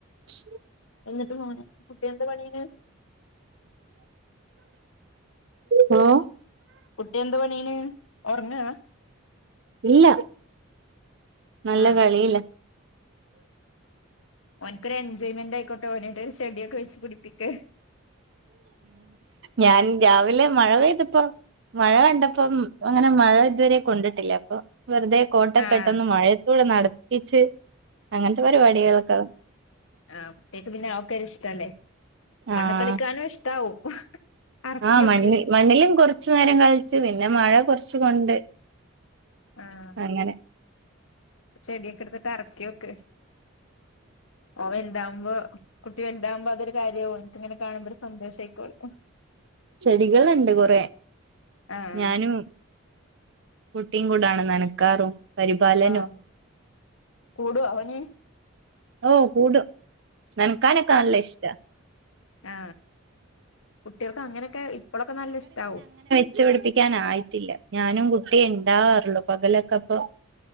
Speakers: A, on the right; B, on the left.
A: ശ..
B: എന്നിട്ട് മോനു കുട്ടി എന്താ പണിയണ്
A: ഹലോ
B: കുട്ടി എന്താ പണീയണ്? ഒറങ്ങാ
A: ഇല്ല നല്ല
B: ആഹ്
A: കളിയില്ല
B: ഓനക്കൊരു എൻജോയ്മെന്റ് ആയിക്കോട്ടെ അവനോട് ചെടിയൊക്കെ വെച്ച് പിടിപ്പിക്ക..
A: ഞാൻ രാവിലെ മഴ പെയ്തപ്പ മഴ കണ്ടപ്പോം അങ്ങനെ മഴ ഇതുവരെ കൊണ്ടിട്ടില്ല അപ്പൊ വെറുതെ. കോട്ടക്കെ
B: ആഹ്
A: ഇട്ടൊന്ന് മഴയത്തൂടെ നടത്തിച്ച് അങ്ങനത്തെ പരിപാടികളൊക്കെ
B: ആഹ കുട്ട്യേക്ക് പിന്നെ ആക്കാര് ഇഷ്ടല്ലേ
A: ആഹ്
B: മണ്ണു കളിക്കാനും ഇഷ്ടാവും അറക്കിയോക്ക്
A: ആഹ്, മണ്ണ്മണ്ണിലും കുറച്ചു നേരം കളിച്ചു. പിന്നെ മഴ കുറച്ച് കൊണ്ട്
B: ആഹ്
A: അങ്ങനെ
B: ചെടിയൊക്കെ എടുത്തിട്ട് ഇറക്കിയൊക്ക് ഓൻ വലുതാവുമ്പോൾ കുട്ടി വലുതവുമ്പോ അത്ഒരു കാര്യവും ഓൻക്കിങ്ങനെ കാണുമ്പോ ഒരു സന്തോഷആക്കോള്ളൂ
A: ചെടികളുണ്ട് കൊറെ
B: ആഹ്
A: ഞാനും കുട്ടിയും കൂടാണ് നനക്കാറും പരിപാലനവും
B: ആഹ കൂടുവോ ഓൻ?
A: ഓഹ് കൂടും നൻകാനക്കനല്ല ഇഷ്ട
B: ആ കുട്ടികൾക്ക് അങ്ങനെയൊക്കെ ഇപ്പോഴൊക്കെ നല്ല ഇഷ്ടമാകവും
A: കുച്ചു പിടിപ്പിക്കാനായിട്ടില്ല ഞാനും കുട്ടി ഉണ്ടാവാാറുള്ളു പകലൊക്കെ അപ്പൊ